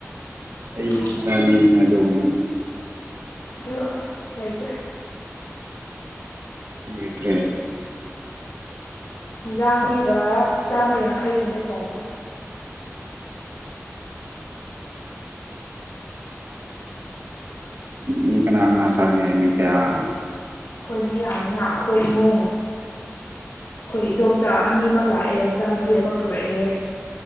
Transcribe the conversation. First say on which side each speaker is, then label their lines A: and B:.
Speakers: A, on the right; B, on the left.
A: ꯑꯩꯁꯨ
B: ꯑꯗꯨ
A: ꯆꯥꯅꯤꯡꯉꯦ ꯑꯗꯨꯒꯨꯝꯕꯗꯣ
B: ꯑꯗꯨ ꯂꯩꯇ꯭ꯔꯦ
A: ꯂꯩꯇ꯭ꯔꯦ
B: ꯔꯥꯡꯂꯤꯒ ꯆꯥꯝꯃ ꯌꯥꯡꯈꯩꯒꯤꯅꯦ ꯊꯣꯡꯕꯗꯣ
A: ꯃꯤ ꯀꯅꯥ ꯀꯅꯥ ꯆꯥꯒꯦ ꯃꯤ ꯀꯌꯥ
B: ꯃꯤ ꯌꯥꯝꯃꯤꯅ ꯑꯩꯈꯣꯏ ꯏꯃꯨꯡ ꯑꯩꯈꯣꯏ ꯏꯗꯣꯝꯆꯥ ꯑꯅꯤꯃꯛ ꯂꯥꯛꯑꯦ ꯃꯆꯥꯅꯨꯄꯤ ꯑꯃ ꯄꯨꯔꯛꯑꯦ